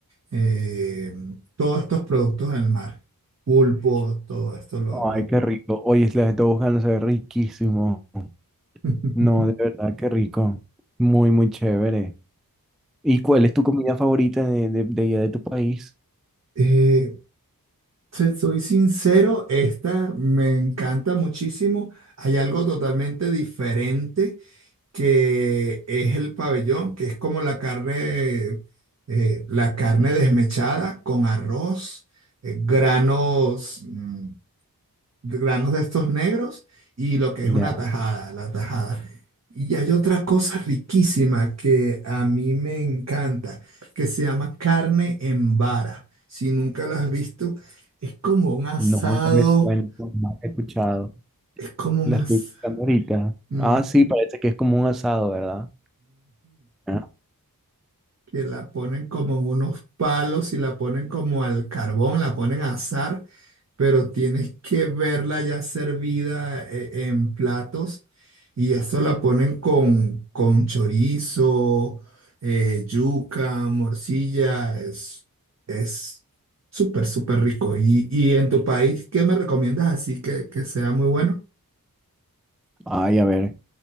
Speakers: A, on the right; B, in the centre.
A: eh, todos estos productos del mar, pulpo, todo esto lo... lo-
B: Ay, qué rico. Oye, es la de Tobogán se ve riquísimo.
A: <laughs>
B: No, de verdad, qué rico. Muy, muy chévere. ¿Y cuál es tu comida favorita de, de, de allá de tu país?
A: Eh, te soy sincero, esta me encanta muchísimo. Hay algo totalmente diferente que es el pabellón, que es como la carne, eh, la carne desmechada con arroz, eh, granos. mm, granos de estos negros y lo que es
B: Ya,
A: una tajada, la tajada. Y hay otra cosa riquísima que a mí me encanta, que se llama carne en vara. Si nunca la has visto, es como un asado,
B: no, no me suena, no he escuchado.
A: es como un
B: La
A: asado,
B: estoy buscando ahorita.
A: que
B: Ah, sí, parece que es como un asado, ¿verdad? Ah,
A: la ponen como en unos palos y la ponen como al carbón, la ponen a asar pero tienes que verla ya servida eh, en platos y eso la ponen con, con chorizo, eh, yuca, morcilla, es, es súper, súper rico. Y, y en tu país, ¿qué me recomiendas así que, que sea muy bueno?
B: Ay, a ver,